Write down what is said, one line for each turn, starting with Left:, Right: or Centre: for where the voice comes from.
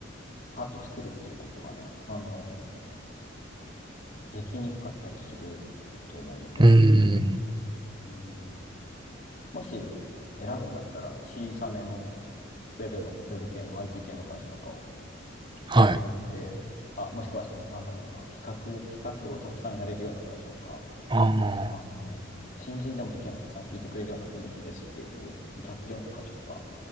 Left: パッと作るっていうことがね、あの、できにくかったりすると思うので、
Right: うーん。
Left: うん、もし選ぶんだったら小さめのウェブの、ウェブ系の IT 系の会社とかを
Right: はい。
Left: 選んで、あ、もしくはその、なんだろうな、企画、企画をたくさんやれるような会社とか、
Right: ああ、
Left: あのー新人でも意見をたくさん聞いてくれるような雰囲気ですっていうのを言っ歌ってるような会社とか